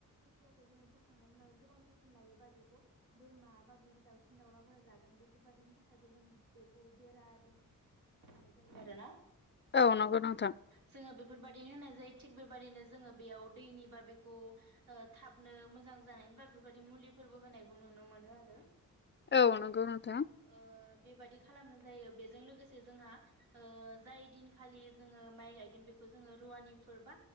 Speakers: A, on the right; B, on the left.
A: खोथियाखौ जोङो फोखांनायनि उनाव गोबां जोथोन लायोबा बेखौ बोरमा बा बे दाउसिन दाउलाफोरा जागोन बेफोरबायादिनि थाखायबो जों बेखौ बेरा बे फोनाय जायो आरोना
B: औ नंगौ नोंथां
A: जोङो बेफोरबादिनो होननाय जायो थिग बेबायाददिनो जोङो बेयाव दैनि बा बेखौ ओ थाबनो मोजां जानायनि बा बेफोरबायदि मुलिफोरबो होनायखौ नुनो मोनो आरो
B: औ नांगौ नोंथां
A: ओ बेबादि खालामनो जायो बेजों लोगोसे जोंहा ओ जाय दिनखालि जोङो माइ गायगोन बेखौ जोङो रुवानिफोर बा